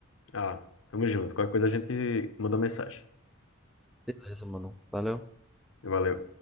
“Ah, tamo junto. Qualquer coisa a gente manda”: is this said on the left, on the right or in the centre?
Left